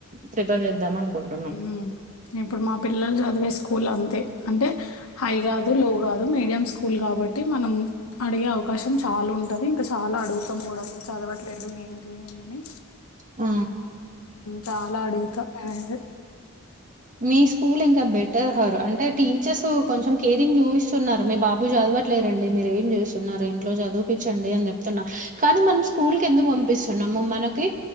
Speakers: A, on the right (about 35°); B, on the left (about 80°).
A: ప్రిపేర్ చేద్దాం అనుకుంటున్నాం
B: హ్మ్. ఇప్పుడు మా పిల్లలు చదివే స్కూల్ అంతే అంటే హై కాదు లో కాదు మీడియం స్కూల్ కాబట్టి మనం అడిగే అవకాశం చాలా ఉంటుంది ఇంకా చాలా అడుగుతాం కూడా అసలు చదవట్లేదు ఏంటి ఏని
A: ఆ
B: చాలా అడుగుతా నేనైతే
A: మీ స్కూల్ ఇంకా బెటర్ హర్ అంటే టీచర్స్ కొంచెం కేరింగ్ చూయిస్తున్నారు మీ బాబు చదవట్లేరండి మీరు ఏం చూస్తున్నారు ఇంట్లో చదివిపిచ్చండి అని చెప్తున్నారు కానీ మనం స్కూల్ కి ఎందుకు పంపిస్తున్నాము మనకి